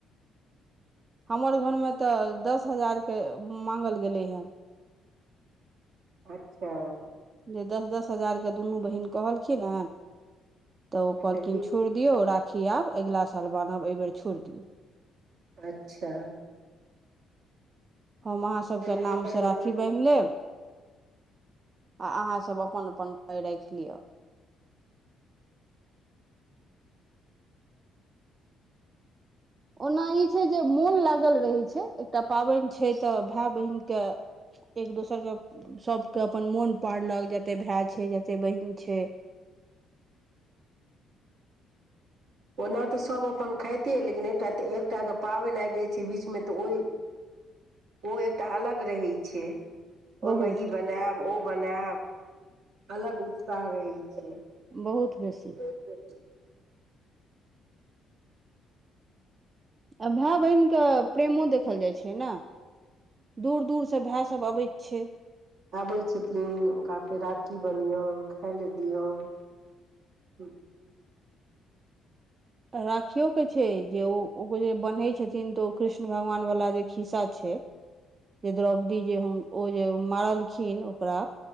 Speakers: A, on the right (about 30°); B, on the right (about 65°).
A: हमर घरमे तऽ दस हजार के मांगल गेलै हय। <inaudible>
B: अच्छा।
A: जे दस-दस हजारके दुनू बहिन कहलखिन हन। तऽ ओ
B: अच्छा
A: कहलखिन छोड़ दियौ, राखी आब एगला साल बान्हब ए बेेर छोड़ दियौ।
B: अच्छा।
A: हम अहाँ सबके
B: अच्छा
A: नाम से राखी बैन्ह लेब। आ अहाँ सब अपन-अपन पाइ राएख लियो। <inaudible> ओना ई छै जे मोन लागल रहै छै एकटा पाबैन छै तऽ भाय बहिन के एक दोसरके सबके अपन मोन पारलक जते भाय छै, जते बहिन छै। <inaudible>
B: ओना तऽ सब अपन खायते ले किन एकटा तऽ एकटाके पाबैन आएब जाय छै बीचमे तऽ ओय ओ एकटा अलग रहै छै। ओय
A: बहुत
B: मे ई बनाएब, ओ बनाएब। अलग उत्साह रहै छै।
A: बहुत बेसी आ भाय-बहिन के प्रेमो देखल जाय छै नै। दूर-दूर से भाय सब अबैत छै।
B: आबै छथिन हुनका फेर राखी बनहियौ, खाय ले दियौन। ह,
A: राखियो के छै, जे ओ ओ जे बन्है छथिन तऽ ओ कृष्ण भगवान! वला जे खिस्सा छै। जे द्रौपदी जे ओ जे मारलखिन ओकरा।